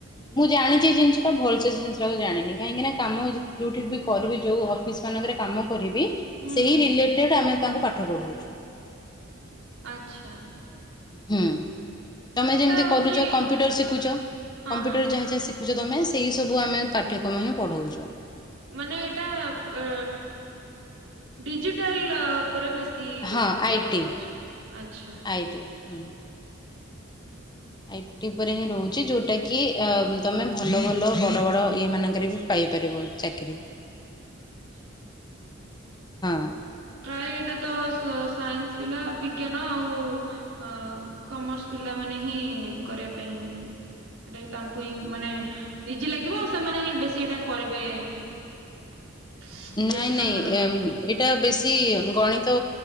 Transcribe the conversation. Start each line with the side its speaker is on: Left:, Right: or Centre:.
Left: ମୁଁ ଜାଣିଛି ଏଇ ଜିନିଷଟା ଭଲ ସେ ଜିନିଷଟାଉ ଜାଣିନି, କାହିଁକି ନା କାମ ଯୋଉଠିକି ବି କରିବି ଯୋଉ ଅଫିସ ମାନଙ୍କରେ କାମ ବି
Right: ହୁଁ
Left: ସେଇ
Right: ହୁଁ
Left: ରିଲେଟେଡ ଆମେ ତାଙ୍କୁ ପାଠ ପଢଉଛୁ।
Right: ଆଛା।
Left: ହୁଁ ତମେ ଯେମିତି
Right: ହଉଛି
Left: କରୁଛ କମ୍ପ୍ୟୁଟର ଶିଖୁଛ,
Right: ହଁ
Left: କମ୍ପ୍ୟୁଟର
Right: ହଁ
Left: ଯାହା ଯାହା ଶି ଖୁଛ, ତମେ ସେଇ ସବୁ ଆମେ ପାଠ୍ୟକ୍ରମ ହିଁ ପଢ଼ଉଛ।
Right: ମାନେ ଏଇଟା ଆ ଡିଜିଟାଲ ଉପରେ ବେଶୀ
Left: ହଁ ଆଇ
Right: ପଢା
Left: ଟି
Right: ହଉଛି, ଆଛା।
Left: ଆଇ ଟି ହୁଁ।
Right: ହୁଁ ହୁଁ।
Left: ଆଇଟି ଉପରେ ହିଁ ରହୁଛି, ଯେଉଁଟାକି ତୁମେ ଭଲ ଭଲ ବଡ଼ ବଡ଼ ଇଏ ମାନଙ୍କରେ ବି ପାଇପାରିବ ଚାକିରି।
Right: ଆଛା
Left: ହଁ
Right: ଉମ୍ ପ୍ରାୟ ଏଇଟା ତ ତ ସାଇନ୍ସ ପିଲା ବିଜ୍ଞାନ ଆଉ ଆ କମର୍ସ ପିଲା ମାନେ ହିଁ କରିବା ପାଇଁ ଏଇଟା ତାଙ୍କୁ ହିଁ ମାନେ ଇଜି ଲାଗିବ। ଆଉ ସେମାନେ ହିଁ ବେଶୀ ଏଇଟା କରିବେ <inaudible>
Left: ନାଇଁ
Right: ଯେହେତୁ
Left: ନାଇଁ
Right: ତାଙ୍କର
Left: ଏଇଟା ବେଶୀ ଗଣିତ